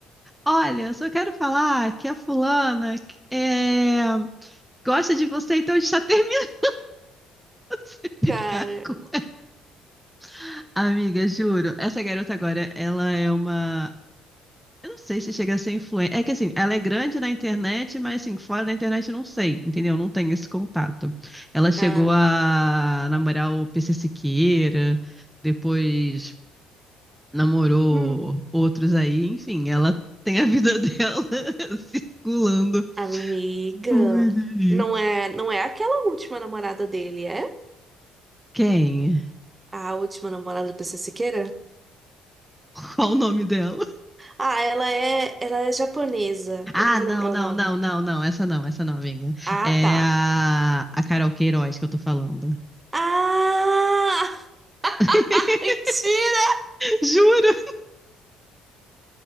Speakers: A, in the centre; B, on the right.
A: Olha, eu só quero falar que a fulana é, gosta de você, então a gente tá terminando <laughs> de
B: Cara.
A: ficar com ela. Amiga, juro, essa garota agora, ela é uma Eu não sei se chega a ser influente. É que assim, ela é grande na internet, mas assim, fora da internet eu não sei, entendeu? Não tenho esse contato. Ela chegou
B: Ah,
A: a namorar o PC Siqueira, depois namorou
B: hum.
A: outros aí, enfim, ela tem a vida dela <laughs> circulando
B: Amiga.
A: por aí.
B: Não é, não é aquela última namorada dele, é?
A: Quem?
B: A última namorada do PC Siqueira?
A: Qual o nome dela?
B: Ah, ela é, ela é japonesa.
A: Ah,
B: Eu não vou
A: não,
B: lembrar
A: não,
B: o nome.
A: não, não, não, essa não, essa não, amiga.
B: Ah,
A: É
B: tá.
A: a, a Carol Queiroz que eu tô falando.
B: Ah! <laughs>
A: <laughs>
B: Mentira!
A: Juro!